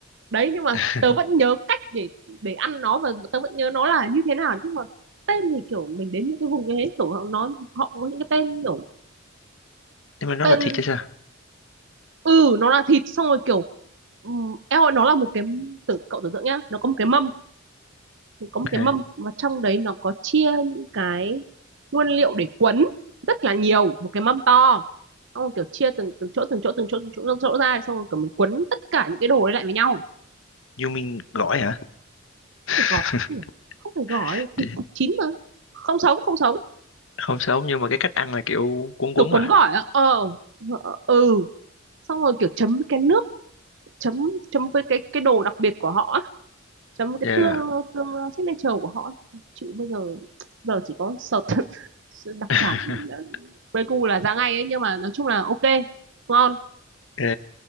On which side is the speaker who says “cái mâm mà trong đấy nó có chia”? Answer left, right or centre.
Right